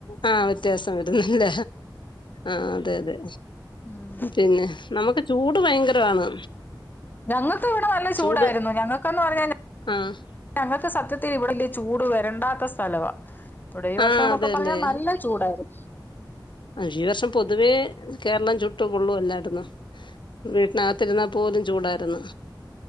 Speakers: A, on the left; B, on the left.
A: ആഹ് വ്യത്യാസം വരുന്നില്ല ആഹ് അതെ അതെ
B: ഉം
A: പിന്നെ നമുക്ക് ചൂട് ഭയങ്കരമാണ്.
B: ഞങ്ങ‌ക്കിവിടെ നല്ല ചൂടായിരുന്നു
A: ചൂട്
B: ഞങ്ങക്കന്ന് പറഞ്ഞ
A: ആഹ്
B: ഞങ്ങക്ക് സത്യത്തിൽ ഇവിടെ വല്ല്യ ചൂട് വരണ്ടാത്ത സ്ഥലവാ ഇവിടെ ഈ
A: ആഹ്
B: വർഷോന്നൊക്കെ
A: അതല്ലേ
B: പറഞ്ഞാ നല്ല ചൂടായിരുന്നു.
A: അഹ് ഈ വർഷം പൊതുവേ കേരളം ചുട്ടു പൊള്ളുവാല്ലായിരുന്നൊ വീട്ടിനകത്തിരുന്നാ പോലും ചൂടാരുന്ന്